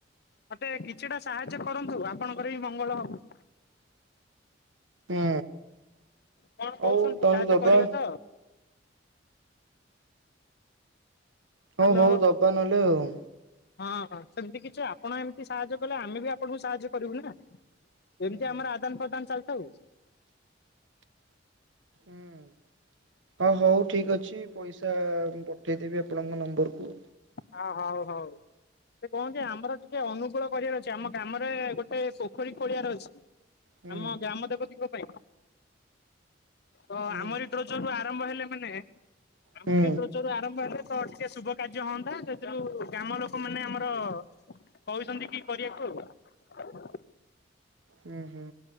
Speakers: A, on the left; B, on the right.
A: ମତେ କିଛିଟା ସାହାଯ୍ୟ କରନ୍ତୁ, ଆପଣଙ୍କର ବିି ମଙ୍ଗଳ ହବ।
B: ହୁଁ
A: କଣ କହୁଛନ୍ତି
B: ହଉ ତାହେଲେ
A: ସାହାଯ୍ୟ
B: ଦବା।
A: କରିବେ ତ? ହ୍ୟାଲୋ
B: ହଉ ହଉ ଦବା ନହେଲେ ଆଉ।
A: ହଁ ହଁ ସେମତି କିଛି ଆପଣ ଏମତି ସାହାଯ୍ୟ କଲେ, ଆମେ ବି ଆପଣଙ୍କୁ ସାହାଯ୍ୟ କରିବୁ ନା।
B: ହୁଁ
A: ଏମତି
B: ହୁଁ
A: ଆମର ଆଦାନ ପ୍ରଦାନ ଚାଲିଥାଉ।
B: ହୁଁ। ହ ହଉ ଠିକ ଅଛି ପଇସା ମୁଁ ପଠେଇଦେବି ଆପଣଙ୍କ ନମ୍ବରକୁୁ।
A: ହଁ ହଉ ହଉ। ସେ କଣ କି ଆମର ଟିକେ ଅନୁକୂଳ କରିବାର ଅଛି। ଆମ ଗ୍ରାମରେ ଗୋଟେ ପୋଖରୀ ଖୋଳିବାର ଅଛି।
B: ହୁଁ
A: ଆମ ଗ୍ରାମ ଦେବତୀଙ୍କ ପାଇଁ। ତ
B: ହୁଁ
A: ଆମରି ଡ୍ରୋଜରରୁ ଆରମ୍ଭ ହେଲେ ମାନେ, ଆମରି
B: ହୁଁ
A: ଡ୍ରୋଜରରୁ ଆରମ୍ଭ ହେଲେ ତ ଟିକେ ଶୁଭ କାର୍ଯ୍ୟ ହଅନ୍ତା, ସେଥିରୁ ଗ୍ରାମ ଲୋକମାନେ ଆମର କହୁଛନ୍ତି କି କରିବାକୁ ଆଉ।
B: ହୁଁ ହୁଁ